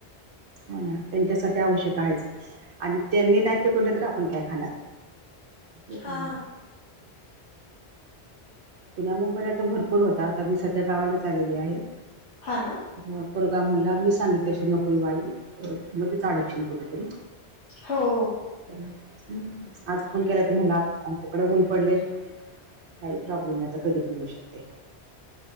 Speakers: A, on the right (about 85°); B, on the left (about 75°).
A: हो ना त्यांच्यासाठी आवश्यक आहेच. आणि त्यांनी नाही पिकवलं तर आपण काय खाणार. ते
B: हा.
A: पण आहे. पुण्या मुंबईला तर भरपूर होता आता मी सध्या गावालाच आलेली आहे.
B: हा ना.
A: जेव्हा पोरगा म्हणला मी सांगितल्या शिवाय नको येऊ आई अ मध्येच अडकशीन कुठेतरी.
B: हो.
A: तर आज फोन केला तर मुला आच्याकडे ऊन पडले. काही प्रॉब्लेम नाही आता कधी पण येऊ शकते.